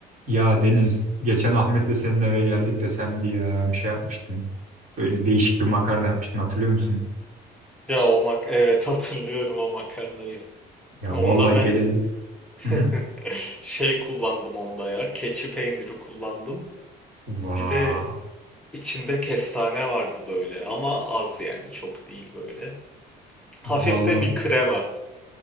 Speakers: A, on the right (about 50°); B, in the centre.
A: Ya Deniz, geçen Ahmet'le senin eve geldik de sen bir ya bir şey yapmıştın. Böyle değişik bir makarna yapmıştın hatırlıyor musun?
B: Ya o mak evet <laughs> hatırlıyorum o makarnayı.
A: Ya
B: Onda
A: vallahi
B: ben
A: geleli...
B: <laughs>
A: Hı hı.
B: şey kullandım onda ya. Keçi peyniri kullandım.
A: Vaa.
B: Bir de içinde kestane vardı böyle ama az yani çok değil böyle. Hafif
A: Vallahi
B: de bir krema.